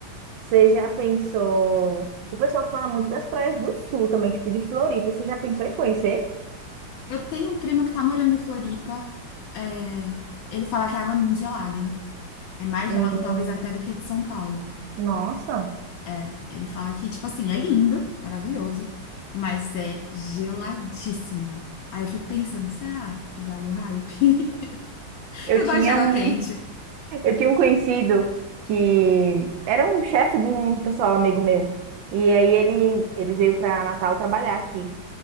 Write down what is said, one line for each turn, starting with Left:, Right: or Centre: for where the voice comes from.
Right: Você já pensou? O pessoal fala muito das praias do sul também, tipo de Floripa. Você já pensou em conhecer?
Left: Eu tenho um primo que tá morando em Floripa, é, ele fala que a água é muito gelada, É mais
Right: Hum,
Left: gelada, talvez, até do que de São Paulo.
Right: nossa,
Left: É, ele fala que, tipo assim, é lindo, maravilhoso, mas é geladíssima. Aí eu fico pensando, será que vale o hype? <laughs>
Right: eu
Left: Eu
Right: tinha
Left: gosto de água
Right: um,
Left: quente.
Right: eu tinha um conhecido que era um chefe de um pessoal amigo meu. E aí ele, ele veio para Natal trabalhar aqui.